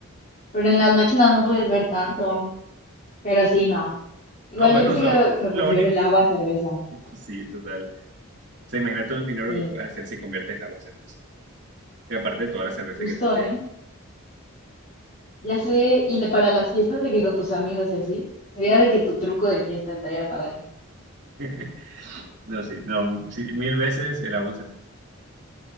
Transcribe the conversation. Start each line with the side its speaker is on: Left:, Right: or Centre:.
Left: pero en las máquinas no puedes ver tanto, pero sí, no. Igual
Right: Ah, bueno,
Left: yo creo
Right: o sea,
Left: que, que
Right: lo
Left: prefiero
Right: único,
Left: el agua a cerveza.
Right: sí, total. O sea, imagina todo el dinero
Left: Sí,
Right: que puedes hacer si conviertes el agua en cerveza. Y aparte de toda la cerveza
Left: justo,
Right: que tendría.
Left: ¿eh? Ya sé, y le- para las fiestas de que con tus amigos y así, sería de que tu truco de fiesta estaría padre.
Right: <laughs> No, sí, no, sí, mil veces el agua en cerveza.